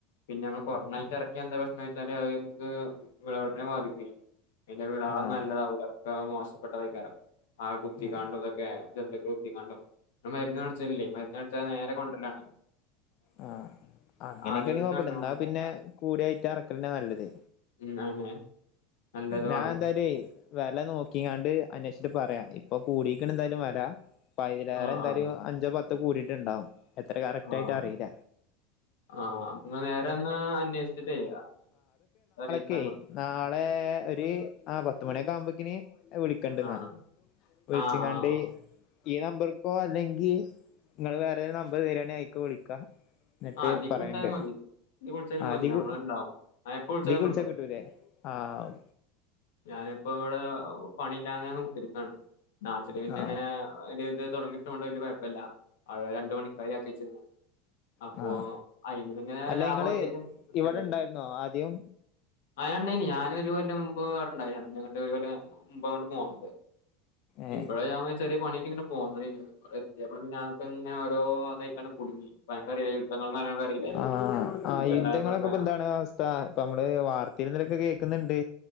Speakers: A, on the left; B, on the left.
A: പിന്നെ നമ്മള് കൊറഞ്ഞ ഐറ്റം ഇറക്കിയാ എന്താ പ്രശ്നം വെച്ചാല് അത് നമുക്ക് വിളവെടുപ്പിനെ ബാധിക്കൊയെ പിന്നെ വിളാളും
B: ആഹ്
A: നല്ലതാവൂല ഒക്കെ മോശപ്പെട്ടതായിക്കാരം ആ കുത്തിക്കാണ്ടും
B: ആഹ്
A: ഇതൊക്കെ ജന്തുക്കൾ കുത്തികാണ്ടും മരുന്ന്ടിച്ചല് ഇല്ലയ് മരുന്ന് അടിച്ചാതെ നേരെ കൊണ്ടരല്ലാണ്
B: അ അങ്ങനെക്കേണി
A: ആരോഗ്യത്തിന്
B: കൊഴപ്പല്ല
A: പ്രശ്നങ്ങളൊന്നും
B: ന്നാ
A: ഉണ്ടാവില്ല
B: പിന്നെ കൂടിയ ഐറ്റം അറക്കൽനെ നല്ലത്
A: ഉം അയിനെ നല്ലത്
B: ഞാന്തായാലേയ്
A: വേണം
B: വെല നോക്കിങ്ങാണ്ട് അന്വേഷ്ച്ച്ട്ട് പറയാം ഇപ്പൊ കൂടീക്ക്‌ണന്തായാലും വെല ഇപ്പയിലേറെ
A: ആഹ്
B: ന്തായാലും
A: ആഹ്
B: അഞ്ചോ പത്തോ കൂടിയിട്ടുണ്ടാവും എത്ര കറക്റ്റായിട്ട്
A: ആഹ്
B: അറീല
A: ആഹ് അപ്പൊ നേരഒന്ന് അന്വേഷിച്ചിട്ടയ് റീക്ക്‌
B: ജയ് നാളെ ഒരു അ പത്തുമണിയൊക്കെ ആവുമ്പോക്കിന് വിളിക് ക്കണ്ട്‌ന്നാ
A: ആഹ്
B: വിളിച്ച്ങ്ങാണ്ട്‌
A: ആഹ് ആഹ്
B: ഈ നമ്പർക്കോ അല്ലെങ്കി ങ്ങള് വേറെതേലും നമ്പർ തെരാനങ്ങി അയ്ക്കൊ വിളിക്കാ ന്നട്ട്
A: ആ ഇതിക്ക്
B: പറയണ്ട്
A: വിളിച്ചാലും മതി ഇതിക്ക് വിളിച്ചാലും
B: ആദിക്
A: മതി ഞമ്മളുണ്ടാവും ആ എപ്പ വിളിച്ചാലും
B: തീക്ക് വിളിച്ച
A: കിട്ടും
B: കിട്ടൂലെ ആഹ്
A: ഞാനിപ്പ ഇവടെ പണിയില്ലാതെങ്ങനെ കുത്തിരിക്കാണ് നാട്ടില് പിന്നെ
B: ആ
A: ങ്ങനെ ഒര് ഇത് തൊടങ്ങിട്ടൊണ്ട് വലിയ കൊഴപ്പമല്ല അവടെ രണ്ട്‌ പണിക്കാരെ ആക്കിവച്ചിരുന്നു അപ്പൊ
B: ആ
A: അയ്മെൽ ങ്ങനെ
B: അല്ല
A: ലാഭം
B: ഇങ്ങള്
A: അത്യയവിഷിയം കിട്ട്ണ്ട്‌
B: ഇവിടെ ഇണ്ടായിരുന്നോ ആദ്യം
A: ആഹ് ണ്ടായിന് ഞാനൊരു കൊല്ലം മുമ്പ് അവണ്ടയിൻ <unintelligible> മുമ്പ് അങ്ങട് പോന്നിലെ
B: ഏ
A: ഇബടെ ഞ ചെറിയ പണിയായിട്ട് പോന്നതെയ്നു വടെ എത്തിയപ്പള പിന്നെ ങ്ങനെഓരൊ അതായിക്കണ് കുടുങ്ങി അനക്കറിയില്ലേ യുദ്ധങ്ങളും കാര്യങ്ങളൊക്കെ അറിയില്ലേ
B: ആഹ് ആഹ്
A: യുദ്ധണ്ടായപ്പളൊക്കെ
B: യുദ്ധങ്ങളൊക്കെ പ്പന്താണ് അവസ്ഥ ഇപ്പ നമ്മള് വാർതേലും ഇതിലൊകേക് ക്കു ന്നു ണ്ട്